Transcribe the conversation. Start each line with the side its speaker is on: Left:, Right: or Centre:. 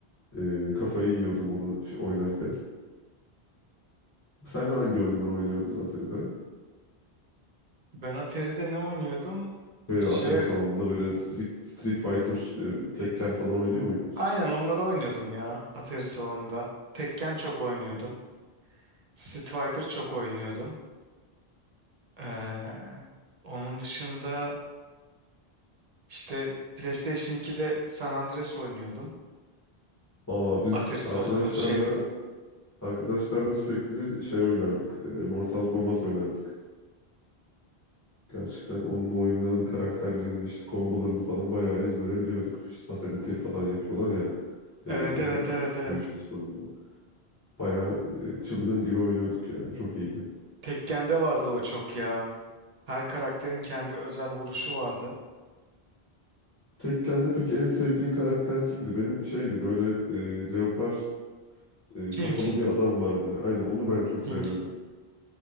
Left: Ee, kafayı yiyordum onu şey, oynarken. Sen hangi oyunlar oynuyordun Atari'de?
Right: Ben Atari'de ne oynuyordum?
Left: Böyle
Right: Şey,
Left: Atari salonunda böyle Street, Street Fighter, e, Tekken falan oynuyor muydunuz?
Right: aynen onları oynuyordum ya Atari salonunda. Tekken çok oynuyordum. Street Fighter çok oynuyordum. Ee, onun dışında işte PlayStation 2'de San Andreas oynuyordum.
Left: Aa biz
Right: Atari
Left: arkadaşlarla
Right: salonu şeyde.
Left: arkadaşlarla sürekli şey oynardık. e, Mortal Kombat oynardık. Gerçekten onun oyunlarını, karakterlerini, işte kombolarını falan bayağı ezbere biliyorduk. İşte fatality falan yapıyorlar ya
Right: Evet
Left: e,
Right: evet evet evet.
Left: dövüşün sonunda. Bayağı e, çılgın gibi oynuyorduk ya. Çok iyiydi.
Right: Tekken'de vardı o çok ya. Her karakterin kendi özel vuruşu vardı.
Left: Tekken'de peki en sevdiğin karakter kimdi? Benim şeydi böyle e, leopar e,
Right: King,
Left: kafalı bir adam vardı. Aynen onu ben çok
Right: King.
Left: seviyordum.